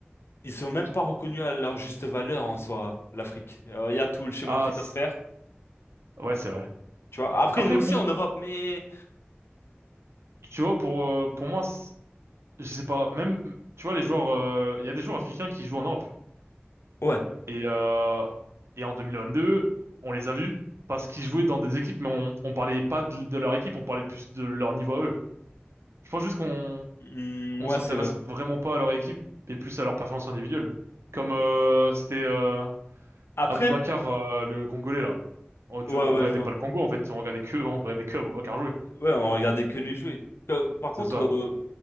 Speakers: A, on the left (about 70°); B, on the right (about 90°).
A: ils sont même pas reconnus à leur juste valeur en soi, l'Afrique. Euh, Il y a tout le chemin
B: Ah,
A: qu'ils
B: c'est-
A: doivent faire,
B: ouais, c'est vrai.
A: tu vois. Après,
B: Après,
A: nous aussi
B: bon,
A: en Europe, mais...
B: tu vois, pour, euh, pour moi, c'est- je sais pas, même, tu vois, les joueurs, euh, il y a des joueurs africains qui jouent en Europe.
A: Ouais.
B: Et, euh, et en 2022, on les a vus parce qu'ils jouaient dans des équipes, mais on, on parlait pas de, de leur équipe, on parlait plus de leur niveau à eux. Je pense juste qu'on
A: Hmm,
B: on
A: ouais,
B: s'intéresse
A: c'est vrai.
B: vraiment pas à leur équipe, mais plus à leur performance individuelle. Comme euh, c'était euh,
A: Après,
B: Aboubacar, euh, le Congolais là. On, tu,
A: ouais,
B: on
A: ouais,
B: regardait
A: je vois.
B: pas le Congo en fait, on regardait que, on regardait que Aboubacar jouer.
A: Ouais, on regardait que lui jouer. Comme- par
B: C'est
A: contre,
B: ça.
A: euh,